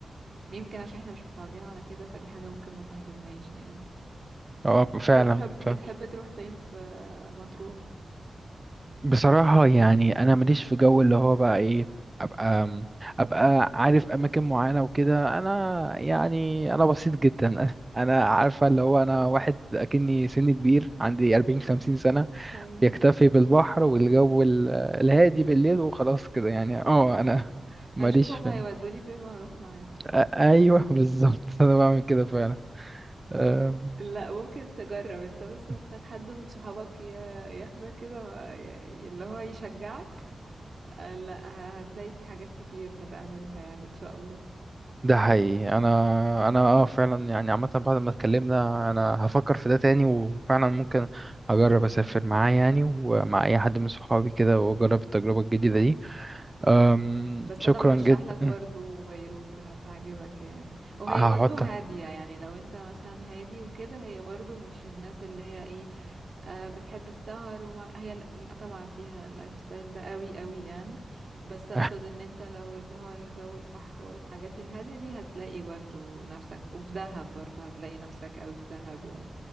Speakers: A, on the right; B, on the right.
A: يمكن عشان احنا مش متعودين على كده فدي حاجة ممكن ما تعجبناش يعني
B: اه
A: بس
B: فعلا
A: انت بتحب
B: فعلا
A: تحب تروح فين في مطروح
B: بصراحة يعني أنا ماليش في جو اللي هو بقى إيه أبقى أبقى عارف أماكن معينة وكده أنا يعني أنا بسيط جدا <laughs> أنا عارفة اللي هو أنا واحد أكني سني كبير عندي أربعين خمسين سنة
A: ايوه
B: يكتفي بالبحر والجو ال- الهادي بالليل وخلاص كده يعني أه
A: اييوه
B: أنا ماليش
A: هشوف هما
B: في
A: هيودوني فين وهروح معاهم
B: أ- أيوه بالظبط <laughs> أنا بعمل كده فعلا أم،
A: لا ممكن تجرب انت بس محتاج
B: بصراحة
A: حد من صحابك ي- ياخدك كده ما- ي- اللي هو يشجعك آه، لا ه- هتلاقي في حاجات كتير هتعملها يعني ان شاء الله
B: ده حقيقي انا انا اه فعلا يعني عامه بعد ما اتكلمنا انا هفكر في ده تاني وفعلا ممكن اجرب اسافر معاه يعني ومع اي حد من صحابي كده واجرب التجربه الجديده دي
A: أيوة.
B: أم
A: بس
B: شكرا
A: انا برشح
B: جدا
A: لك برضو بيروت هتعجبك يعني وهي
B: هحطها
A: برضو هادية يعني لو انت مثلا هادي وكده هي برضو مش الناس اللي هي ايه آه بتحب السهر ومع هي ل- لا طبعا فيها اللايف ستايل ده قوي قوي يعني بس اقصد
B: <laughs>
A: ان انت لو اللي هو الجو البحر والحاجات الهادية دي هتلاقي برضو نفسك وفي دهب برضو هتلاقي نفسك قوي في دهب يعني